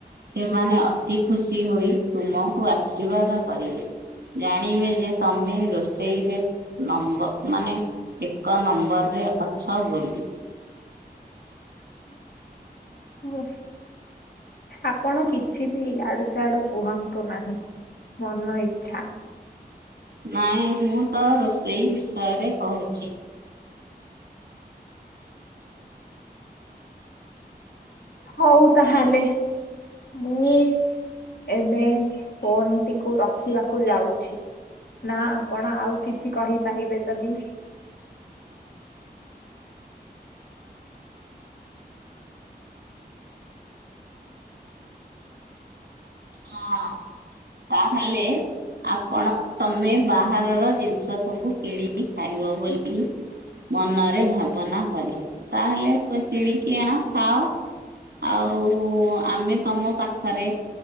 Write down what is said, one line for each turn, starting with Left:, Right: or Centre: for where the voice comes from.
Right: ସେମାନେ ଅତି ଖୁସି ହୋଇ ତୁମକୁ ଆଶୀର୍ବାଦ କରିବେ। ଜାଣିବେ ଯେ, ତମେ ରୋଷେଇରେ ନମ୍ବ ମାନେ ଏକ ନମ୍ବରରେ ଅଛ ବୋଲି।
Left: <unintelligible> ଆପଣ କିଛି ବି ଇଆଡୁ ସିଆଡୁ କୁହନ୍ତୁ ନାହିଁ ମନ ଇଚ୍ଛା।
Right: ନାଇଁ, ମୁଁ ତ ରୋଷେଇ ବିଷୟରେ କହୁଛି।
Left: ହଉ ତାହେଲେ ମୁଁ ଏବେ ଫୋନ୍ ଟିକୁ ରଖିବାକୁ ଯାଉଛି। ନା ଆପଣ ଆଉ କିଛି କହିପାରିବେ ଯଦି
Right: ହଁ ତାହେଲେ ଆପଣ, ତମେ ବାହାରର ଜିନିଷ ସବୁ କିଣି ଖାଇବ ବୋଲି ମନରେ ଭାବନା କରିଛ, ତାହେଲେ ତ କିଣିକି ଆଣ ଖାଅ। ଆଉ ଆମେ ତମ ପାଖରେ